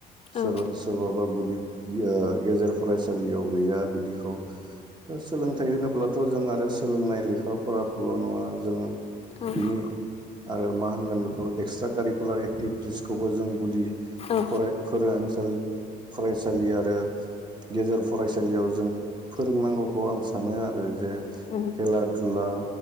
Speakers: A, on the right; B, on the left.
A: सोर-
B: औ
A: सोरबाबा गुदि ओ गेजेर फरायसालियाव गैया बिदिखौ सोलोंथाइ होनोब्लाथ' जों आरो सोलोंनाय लेखा फराखौल' नङा जोङो
B: औ
A: बिनि आरो मा होनगोन बे खौ एक्सट्रा कारिकुलार एक्टिभिटिसखौबो जों गुदि
B: औ
A: फराय फोरोंसालि फरायसालि आरो गेजेर फरायसालियाव जों फोरोंनांगौखौ आं सानो आरो जे
B: उम औ
A: खेला दुला